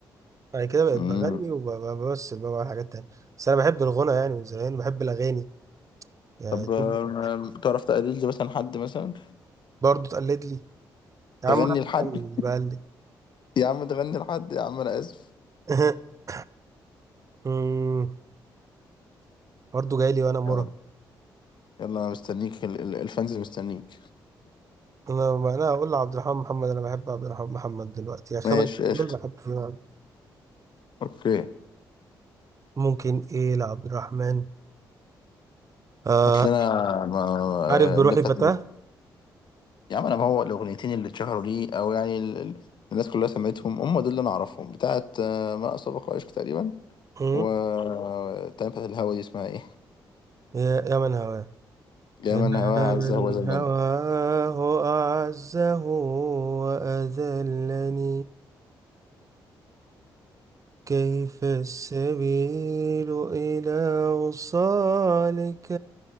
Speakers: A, on the right; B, on the left.
A: بعد كده بقيت
B: امم
A: بغني وبمثل بقى بعمل حاجات تانية بس انا بحب الغنى يعني من زمان بحب الاغاني يعني
B: طب
A: طول
B: آم،
A: الوقت.
B: تعرف تقلد لي مثلا حد مثلا
A: برضو تقلد لي يا
B: تغني
A: عم انا
B: لحد
A: بغني بقلد
B: يا عم تغني لحد يا عم انا اسف
A: <laughs> أمم، برضو جاي لي وانا مراهق
B: يلا يلا انا مستنيك ال- ال- الفانز مستنيك
A: انا ما انا اقول لعبد الرحمن محمد انا بحب عبد الرحمن محمد دلوقتي يعني
B: ماشي
A: خمس
B: قشطة
A: دول بحب فيهم
B: اوكي
A: ممكن ايه لعبد الرحمن آه
B: هات لنا ما- ما-
A: عارف
B: آه،
A: بروحي
B: اللي بتاعت
A: فتاة
B: يا عم انا ما هو الاغنيتين اللي اتشهروا ليه او يعني ال... ال- الناس كلها سمعتهم هم دول اللي انا اعرفهم بتاعت آه، ما اسبق وعشق تقريبا
A: أمم،
B: و بتاعت بتاعت الهوا دي اسمها ايه
A: يا يا من هواه
B: يا
A: أنا
B: من هواه عز
A: من
B: هو ذلنا
A: هواه أعزه وأذلني كيف السبيل إلى وصالك